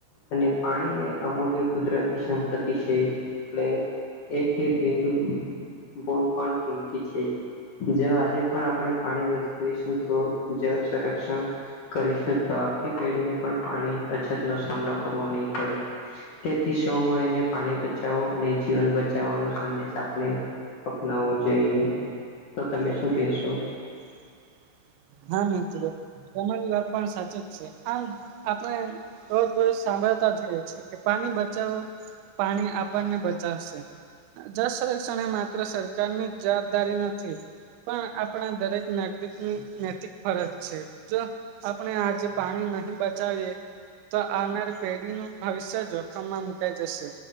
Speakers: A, on the left; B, on the right.
A: અને પાણી એ અમૂલ્ય કુદરતી સંપત્તિ છે એટલે એક. એક. બિંદુ બોદ પણ કિંમતી છે. જ આજે પણ આપણે પાણી બચાવીશું તો જળ સંરક્ષણ કરીશકતા. આવતી પેઢી ને પણ પાણી અછત નો સામનો કરવો નહી પડે તેથી સૌ મળી ને. પાણી બચાવો અને જીવન બચાવવો. સંદેશ આપણે અપનાવવો જોઈએ. તો તમે શું કશો?
B: <inaudible> હા મિત્રો તમારી વાત પણ સાચ જ છે. આમ આપણે? રોજ દરોજ સાંભળતા જઈએ છે કે પાણી બચાવો પાણી આપણને બચાવશે. જળ સંરક્ષણ એ માત્ર સરકારની જ જવાબદારી નથી. પણ? આપણા દરેક નાગરિકની. નૈતિક ફરજ છે. જો આપણે આજે પાણી નહી બચાવીએ? તો આવનારી પેઢી નું ભવિષ્ય જોખમમાં મુકાઈ જશે.